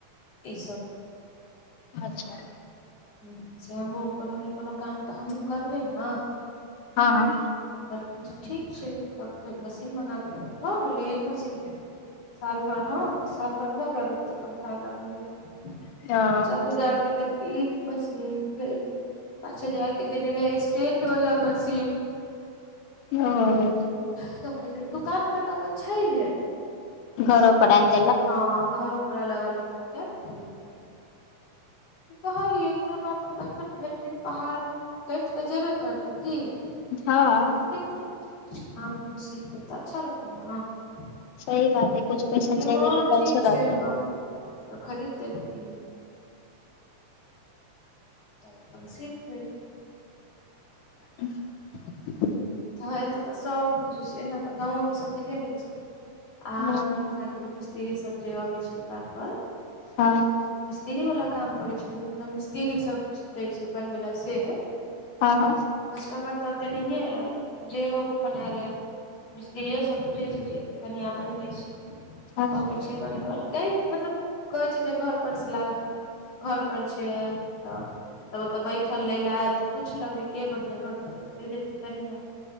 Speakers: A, on the left (about 50°); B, on the left (about 75°).
A: इसब।
B: अच्छा
A: हूं से हमहू कोनो न कोनो काम तऽ हमहूँ करबै न
B: हं हं।
A: त कहलखिन जे ठीक छैय तब फेर मशीन मंगा देलक भऽ गेलै मशीनके। साल भर ह साल भर भऽ गेल हेतेय पंखा बला मगबेलकय।
B: हँ
A: पचास हजार के देलके इ। मशीन फेर पाँच हजारके देने रहेय स्टेंड बला। मशीन।
B: ओ
A: समझलियै दुकान पर तऽ अपन छैहे।
B: घरो पर एल।
A: हँ घरो पर अलग अलग हेते करीब करीब। ई कहलियै कि हमरा तऽ बैठल भरि दिन पहाड़। कैट तऽ जेबे करतै की। लेकिन
B: हँ
A: ओछ काम हमहूँ सीख लेब तऽ अच्छा रहतै न।
B: सही बात हइ कुछ पैसा। चलि
A: हँ
B: एतै तऽ
A: ठीक
B: अच्छो रहतै
A: छै अपन तऽ खरीद देलखिन। तऽ अपन सीख लेली।
B: <inaudible>
A: हं एते तऽ सब बुझे छै एना तऽ गाँवो में सब बुझे गेल छै आ हमर
B: हँ
A: दूल्हा के। इहे सब जे अबै छै दुकान पर।
B: हँ।
A: मिस्त्री वला काम करै छथिन मतलब मिस्त्रीसब दै छै बनबै लए से।
B: हँ हँ।
A: कस्टमर तऽ ओते नहिये एल जे हो अपन एल एल। मिस्त्रियो सब बुझै छै जे कनिया बनबै छै
B: हँ
A: अबै छै बनबल। कहै मतलब कहै छै जे घरपर से लाबै घरपर छै तऽ। तब ओतऽ बैठल लै लए आयल तऽ पूछलक जे के बनबैया घर पर। तो कहि देलके कनिया